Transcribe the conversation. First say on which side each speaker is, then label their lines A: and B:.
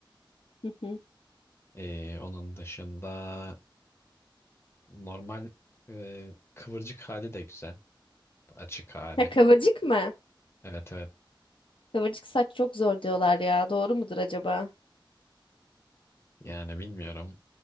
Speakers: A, on the left; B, on the left.
A: <laughs> Hı hı.
B: Ee, onun dışında normal e, kıvırcık hali de güzel. Açık hali.
A: Ha kıvırcık mı?
B: Evet evet.
A: Kıvırcık saç çok zor diyorlar ya. Doğru mudur acaba?
B: Yani bilmiyorum.